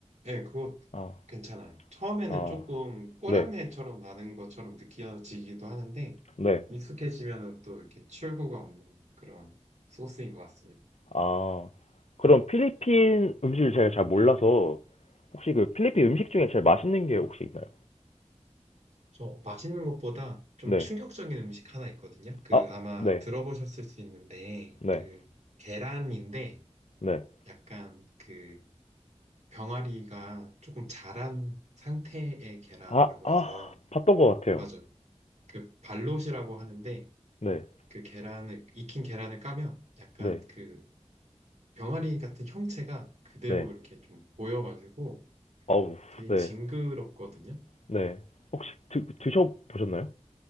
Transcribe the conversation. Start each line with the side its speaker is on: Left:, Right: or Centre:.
Right: 예, 그거
Left: 아,
Right: 괜찮아요. 처음에는
Left: 아,
Right: 조금 꼬랑내처럼
Left: 네,
Right: 나는 것처럼 느껴지기도 하는데,
Left: 네.
Right: 익숙해지면은 또 이렇게 출구가 없는 그런 소스인 것 같습니다.
Left: 아, 그럼 필리핀 음식을 제가 잘 몰라서 혹시 그 필리핀 음식 중에 제일 맛있는 게 혹시 있나요?
Right: 저 맛있는 것보다 좀
Left: 네.
Right: 충격적인 음식 하나 있거든요. 그
Left: 아,
Right: 아마
Left: 네,
Right: 들어보셨을 수 있는데,
Left: 네,
Right: 그 계란인데,
Left: 네.
Right: 약간 그 병아리가 조금 자란 상태의 계란이라고
Left: 아, 아,
Right: 해서,
Left: 봤던 것 같아요.
Right: 맞아요. 그 발롯이라고 하는데,
Left: 네,
Right: 그 계란을, 익힌 계란을 까면 약간
Left: 네,
Right: 그 병아리 같은 형체가 그대로
Left: 네.
Right: 이렇게 좀 보여가지고
Left: 아우,
Right: 되게
Left: 네,
Right: 징그럽거든요.
Left: 네. 혹시 드, 드셔보셨나요?